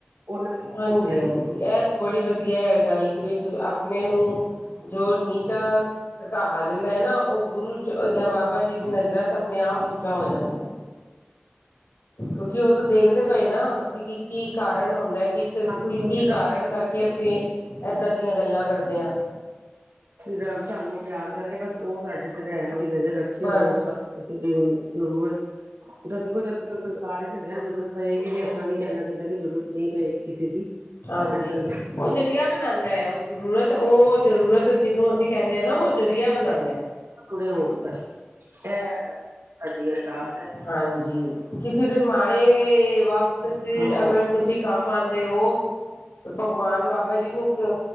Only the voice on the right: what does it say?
ਉਹਨਾਂ ਦੇ ਹੱਥ
ਵਿੱਚ ਛੱਡੀ
ਸਾਨੂੰ ਦੁਨੀਆਂ
ਦਾ ਪਿਆਰ ਤੇ
ਕੁਛ
ਰਬ ਸਾਨੂੰ ਪਿਆਰ ਕਰੇ ਬਸ ਉਹ ਸਾਡੇ ਤੇ ਰਹਿਮ ਦੀ ਨਜ਼ਰ ਰੱਖੇ
ਹੋਰ ਇਸੇ ਦੀ ਹਣ ਜ਼ਰੂਰਤ ਤਾਂ ਦੇਖੋ ਜਦ ਤੱਕ ਸੰਸਾਰ ਚ ਗਿਆ ਜ਼ਰੂਰਤ ਪਏਗੀ ਵੀ ਇਸ ਤਰ੍ਹਾਂ ਨਹੀਂੀ ਕਹਿਣਾ ਚਾਹੀਦਾ ਕਿ ਜ਼ਰੂਰਤ ਨਹੀਂ ਪਏਗੀ ਕਿਸੇ ਦੀ।
ਇਹ ਸੰਸਾਰ
ਹੈ,
ੜੇ ਹੋਣ ਬਸ <unintelligible> ਸਾਡੀ ਅਰਦਾਸ ਹੈ
ਹਾਂ